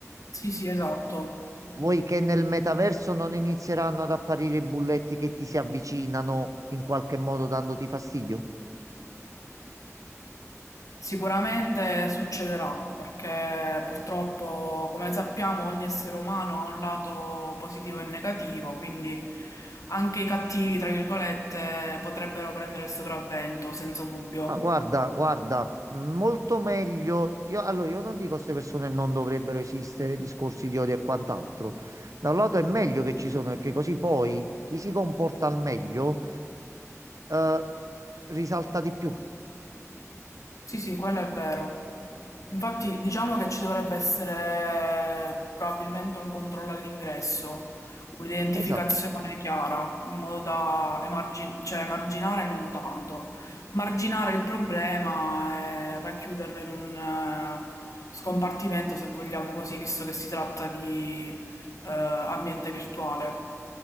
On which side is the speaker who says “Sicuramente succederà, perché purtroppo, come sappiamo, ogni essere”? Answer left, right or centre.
Left